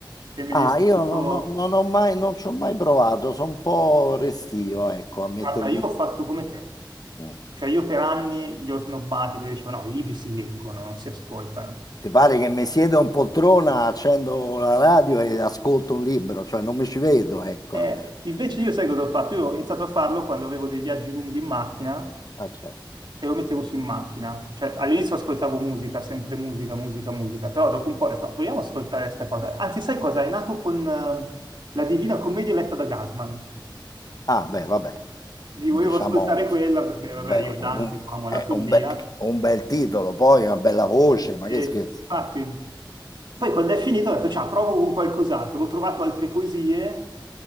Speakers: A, on the right; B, on the left.
A: e me
B: Ah,
A: li ascolto.
B: io non ho, non ho mai, non ci ho mai provato, sono un po' restio, ecco, a mettermi...
A: Guarda, io ho fatto come te.
B: Mm.
A: Cioè io per anni li ho snobbati perché dicevo no, i libri si leggono, non si ascoltano.
B: Ti pare che mi siedo in poltrona, accendo la radio e ascolto un libro, cioè non mi ci vedo, ecco.
A: Eh,
B: <laughs>
A: invece io sai cosa ho fatto? Io ho iniziato a farlo quando avevo dei viaggi lunghi in macchina
B: Ah, certo.
A: e lo mettevo su in macchina. Cioè, all'inizio ascoltavo musica, sempre musica, musica, musica, però dopo un po' ho detto, "Ah, proviamo ad ascoltare questa cosa. Anzi, sai cosa? È nato con eh, La Divina Commedia letta da Gasman.
B: Ah, beh, vabbè,
A: Mi
B: diciamo
A: volevo ascoltare
B: un,
A: quella perché,
B: un
A: vabbè,
B: be-
A: io Dante
B: un-
A: lo amo
B: eh,
A: la follia.
B: un be- un bel titolo, poi una bella voce, ma
A: E
B: che scherzo.
A: infatti, poi quando è finito ho detto, ciao, provo con qualcos'altro. Ho trovato altre poesie